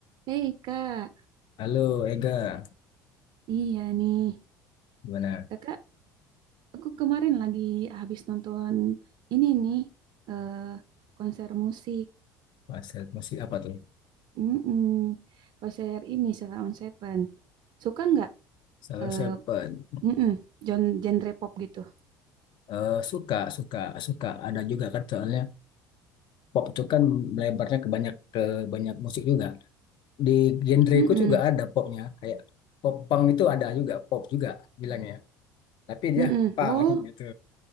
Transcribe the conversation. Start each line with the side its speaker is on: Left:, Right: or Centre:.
Right: Hei kak,
Left: Halo Ega,
Right: iya nih.
Left: gimana
Right: Kakak, aku kemarin lagi habis nonton ini nih, eh, konser musik.
Left: Mas Sep? Masih apa tuh?
Right: Mm-mm, Konser ini, Sheila on Seven. Suka nggak
Left: Salah
Right: eh,
Left: Seven.
Right: mm-mm, gen- genre pop gitu?
Left: Eh, suka, suka, suka. Ada juga kan soalnya pop itu kan melebarnya ke banyak ke banyak musik juga. Di genreku
Right: Mm-mm,
Left: juga ada popnya. Kayak pop punk itu ada juga, pop juga bilangnya. Tapi dia
Right: mm-mm.
Left: punk
Right: Oh,
Left: <laughs> gitu.